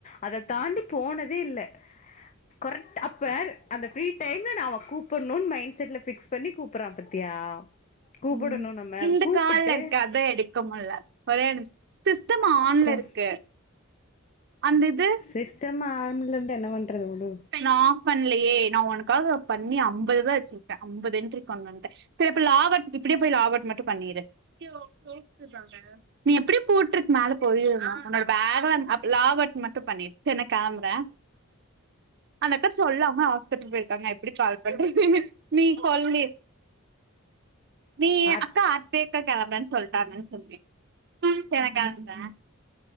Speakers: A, on the left; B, on the right.
A: அத தாண்டி போனதே இல்ல கொரெக்ட் அப்ப அந்த ஃப்ரீ டைம் ன அவ கூப்பட்ணுன்னு மைண்ட் செட்ல ஃபிக்ஸ் பண்ணி கூப்பட்றா பாத்தியா கூப்படணு
B: ம்
A: நம்ம
B: இந்த
A: கூப்புட்டு
B: கால்ல இருக்க அதா எடுக்க முட்ல ஒரே நிமிஷ் சிஸ்டமா ஆன்ல
A: கோ
B: இருக்கு அந்த இது
A: சிஸ்டம் ஆன்லந்து என்ன பண்றது உடு
B: நா ஆஃப் பண்லயே நா உனக்காக பண்ணி அம்பது ரூவா வச்சுரு க்க அம்பது என்றி பண்ணுன்ட்டு செரி இப்ப லாக் அவுட் இப்படியே போய் லாக் அவுட் மட்டும் பண்ணிரு <unintelligible> பொய் சொல்லாத நீ எப்படி போட்ருக்கு மேல போயிருமா உன்னோட பேக்ல லாக் அவுட் மட்டும் பண்ணிரு செர் நா கெளம்பற அந்தக்கா சொல்லம ஹாஸ்பிட்டல் போயிருக்காங்க நா எப்படி கால் பண்றது நீ சொல்லு நீ
A: அத்
B: அக்கா அப்டேட்டட் ஆகலன் சொல்ட்டாங்கன் சொன்ன எனக்கந்த ஆ